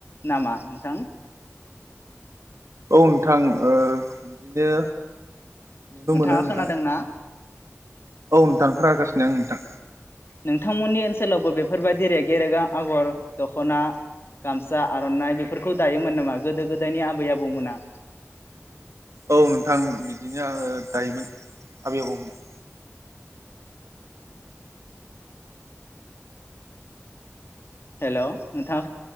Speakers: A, on the left; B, on the right.
A: नामा नोंथां?
B: औ नोंथां ओ बिदिनो नुनो
A: नोंथाङा
B: मोनो नोंथां
A: खोनादों ना?
B: औ नोंथां खोनागासिनो आं नोंथां
A: नोंथांमोननि ओनसोलावबो बे बेफोरबायदि रेगे रेगां आगर दखना गामसा आर'नाइ बेफोरखौ दायोमोन नामा गोदो गोदायनि आबै आबौमोना?
B: औ नोंथां बिदिनो आङो दायोमोन आबै आबौमोना।
A: हेलौ नोंथां